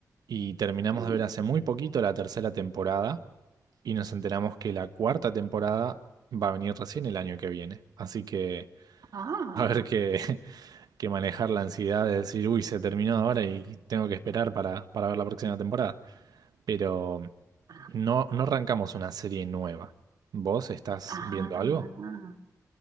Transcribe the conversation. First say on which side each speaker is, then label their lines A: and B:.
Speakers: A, on the right; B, on the right.
A: y terminamos
B: Mm,
A: de ver hace muy poquito la tercera temporada y nos enteramos que la cuarta temporada va a venir recién el año que viene. Así que
B: Ah,
A: <laughs> va a haber que, <laughs> que manejar la ansiedad de decir, uy, se terminó ahora y tengo que esperar para, para ver la próxima temporada pero
B: ah,
A: no, no arrancamos una serie nueva. ¿Vos estás
B: ah.
A: viendo algo?